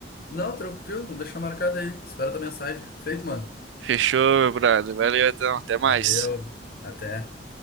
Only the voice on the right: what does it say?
Fechou, meu brother. Valeu, então. Até mais.